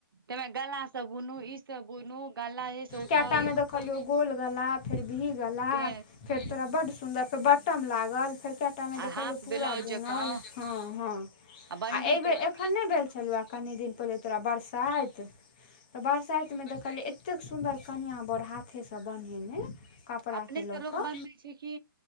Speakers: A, on the right (about 75°); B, on the left (about 20°).
A: तईमे गला स बुनु ई सब बुनू गलाएस उठाऊ
B: कएटामे
A: ई करू
B: देखलियौ गोल गला फेर वी गला
A: के
B: फेर तोरा बड्ड सुन्दर फेर बट्टम लागल फेर केएटा मे देखलियो
A: आ हाफ
B: पूरा
A: ब्लाउज जकाँ
B: हँ हँ
A: बंडी
B: आ एई बेर
A: जकाँ
B: एखन नई भेल छलऊए कनी दिन पहिल तोरा बरसाइत तऽ बरसाइत मे देखलियई एत्ते एत्तेक सुन्दर कनिआँ बर हाथेसँ बनेने कपड़ाके
A: अपने स
B: लऽ
A: लोक
B: कऽ
A: बनबै छै कि।